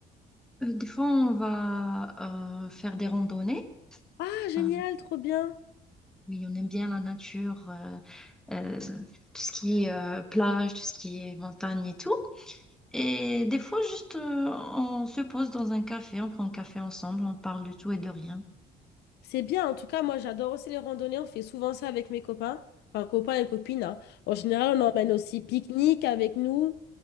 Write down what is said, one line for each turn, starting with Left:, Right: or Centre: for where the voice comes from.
Centre: Euh, des fois, on va euh, faire des randonnées.
Left: Ah, génial,
Centre: Euh,
Left: trop bien.
Centre: oui, on aime bien la nature, euh, euh, tout ce qui est euh, plage, tout ce qui est montagne et tout. Et des fois, juste, euh, on se pose dans un café, on prend un café ensemble, on parle de tout et de rien.
Left: C'est bien, en tout cas, moi j'adore aussi les randonnées, on fait souvent ça avec mes copains, enfin copains et copines. hein. En général, on emmène aussi pique-nique avec nous,